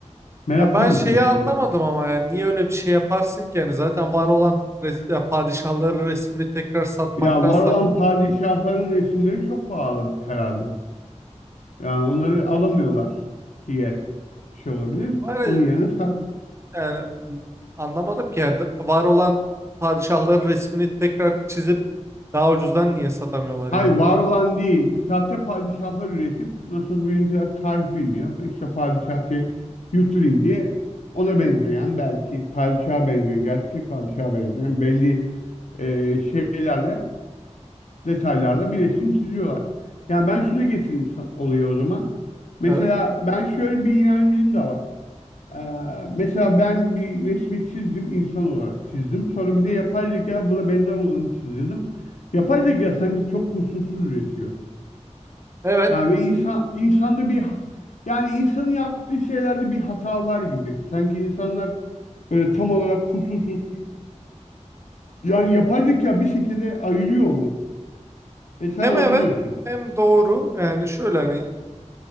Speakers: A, on the left; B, on the right.
A: Meraklıymış
B: Ya ben şeyi
A: insanlar.
B: anlamadım ama yani niye öyle bir şey yaparsın ki yani zaten var olan res ya padişahların resmini tekrar satmaktansa
A: Ya var olan padişahların resimleri çok pahalı herhalde. Yani onları alamıyorlar diye bir şey olabilir.
B: var
A: Onun
B: ya,
A: yerine sahte.
B: yani n- anlamadım ki yani da- var olan padişahları resmini tekrar çizip daha ucuzdan niye satamıyorlar
A: Hayır
B: yani?
A: var olan değil. Sahte padişahlar üretip nasıl bizimkiler tarih bilmiyor. İşte padişahı yutturayım diye ona benzeyen belki padişaha benzeyen gerçek padişaha benzeyen belli e, şeylerle detaylarla bir resim çiziyorlar. Ya ben şuna getireyim sa- olayı o zaman. Mesela
B: Evet.
A: ben şöyle bir inancım da var. Ee, mesela ben bir resmi çizdim, insan olarak çizdim. Sonra bir de yapay zeka buna benzer olanı çizdirdim. Yapay zeka sanki çok kusursuz üretiyor.
B: Evet.
A: Yani ve insan insanda bir ha- yani insanın yaptığı şeylerde bir hata var gibi. Sanki insanlar böyle tam olarak kusursuz. Yani yapay zeka bir şekilde ayırıyor onu ve sen
B: Hem
A: anlıyorsun.
B: evet hem doğru. Yani şöyle hani